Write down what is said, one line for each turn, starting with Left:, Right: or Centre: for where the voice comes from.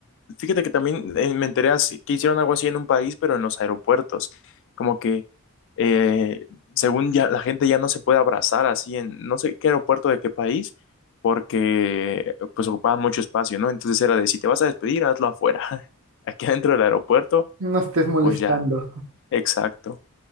Left: Fíjate que también eh, me enteré así- que hicieron algo así en un país, pero en los aeropuertos. Como que, eh, según ya la gente ya no se puede abrazar así en no sé qué aeropuerto de qué país, porque pues ocupaban mucho espacio, ¿no? Entonces era de si te vas a despedir, hazlo afuera. <laughs> Aquí adentro del aeropuerto,
Right: No estés molestando.
Left: pues ya, exacto.